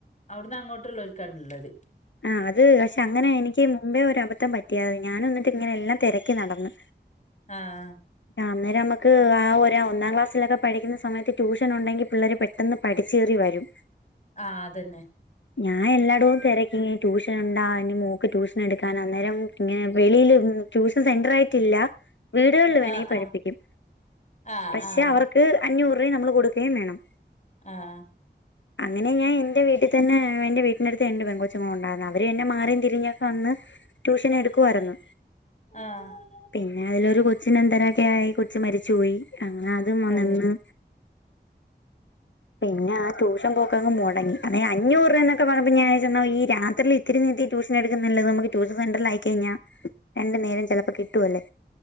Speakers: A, on the left; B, on the left.
A: അവിടന്ന് അങ്ങോട്ടുള്ളർക്കാനുള്ളത്.
B: ആ അത് പക്ഷെ അങ്ങനെ എനിക്ക് മുമ്പേ ഒരബദ്ധം പറ്റിയാത് ഞാനൊന്നിട്ട് ഇങ്ങനെ എല്ലാം തിരക്കി നടന്ന്
A: ആഹ്
B: ആഹ് അന്നേരം നമുക്ക് ആഹ് ഒ ഒന്നാംക്ലാസ്സിലൊക്കെ പഠിക്കുന്ന സമയത്ത് ട്യൂഷൻ ഉണ്ടെങ്കിൽ പിള്ളേര് പെട്ടെന്ന് പഠിച്ചേറി വരും
A: ആഹ് അതന്നെ
B: ഞാൻ എല്ലാടും തിരക്കി ട്യൂഷൻ ഉണ്ടാ എൻ മോക്ക് ട്യൂഷൻ എടുക്കാൻ അന്നേരം ഇങ്ങനെ വെളിയിൽ ട്യൂഷൻ സെന്റർ ആയിട്ടില്ല വീടുകളിൽ വേണെ
A: ആഹ്
B: പഠിപ്പിക്കും
A: ആഹ് ആഹ്
B: പക്ഷെ
A: ആഹ്
B: അവർക്ക് അഞ്ഞൂറ് രൂപയും നമ്മൾ കൊടുക്കുകയും വേണം
A: ആഹ്
B: അങ്ങനെ ഞാൻ എന്റെ വീട്ടിൽ തന്നെ എന്റെ വീടിന്റെ അടുത്ത് എണ്ട് പെങ്കോച്ചുമോൾ ഉണ്ടായിരുന്നു അവർതെന്നെ മാറിയും തിരിഞ്ഞൊക്കെ വന്ന് ട്യൂഷൻ എടുക്കുവായിരുന്നു
A: ആഹ്
B: പിന്നെ അതിലൊരു കൊച്ചിനെ എന്തരൊക്കെയി കൊച്ചു മരിച്ചുപയി അങ്ങനെ അതും
A: ഓ
B: നിന്ന് പിന്നെ ട്യൂഷൻ പോക്കങ് മുടങ്ങി അതായ അഞ്ഞൂറ് എന്നൊക്കെ പറയുമ്പ ഞാൻന്ന ഈ രാത്രി ഒത്തിരി നീത്തി ട്യൂഷൻ എടുക്കുന്നുല്ലത് നമുക്ക് ട്യൂഷൻ സെന്ററിൽ ആയി കഴിഞ്ഞാ രണ്ട നേരം ചലപ്പോ കിട്ടുമല്ലേ